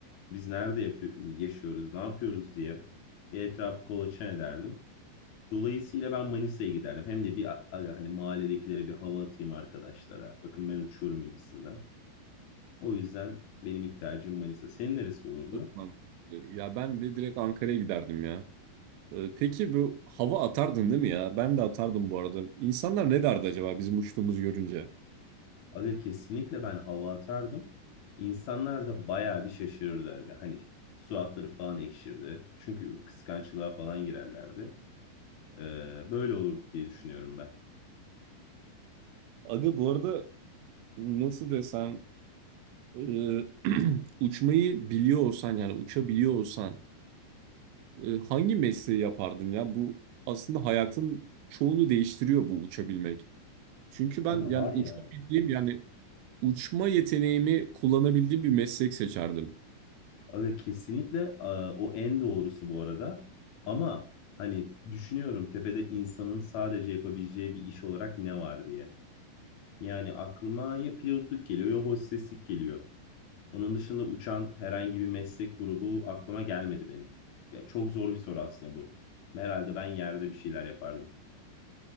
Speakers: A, on the left; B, on the right.
A: biz nerede yapıyor, yaşıyoruz, ne yapıyoruz diye bir etrafı kolaçan ederdim. Dolayısıyla ben Manisa'ya giderdim. Hem de bir a- aga, hani mahalledekilere bir hava atayım arkadaşlara. Bakın ben uçuyorum gibisinden. O yüzden benim ilk tercihim Manisa. Senin neresi olurdu?
B: Çok mantıklı. Ya ben de direkt Ankara'ya giderdim ya. Ee, peki bu hava atardın değil mi ya? Ben de atardım bu arada. İnsanlar ne derdi acaba bizim uçtuğumuzu görünce?
A: Aga kesinlikle ben hava atardım. İnsanlar da bayağı bir şaşırırdı aga. Hani suratları falan ekşirdi. Çünkü kıskançlığa falan girerlerdi. Ee, böyle olur diye düşünüyorum ben.
B: Aga bu arada nasıl desem e, <clears throat> uçmayı biliyor olsan yani uçabiliyor olsan e, hangi mesleği yapardın ya? Bu aslında hayatın çoğunu değiştiriyor bu uçabilmek. Çünkü
A: Aga
B: ben yani
A: var ya
B: uçabildiğim yani uçma yeteneğimi kullanabildiğim bir meslek seçerdim.
A: Aga kesinlikle a, o en doğrusu bu arada. Ama hani düşünüyorum tepede insanın sadece yapabileceği bir iş olarak ne var diye. Yani aklıma ya pilotluk geliyor ya hosteslik geliyor. Onun dışında uçan herhangi bir meslek grubu aklıma gelmedi benim. Ya çok zor bir soru aslında bu. Herhalde ben yerde bir şeyler yapardım.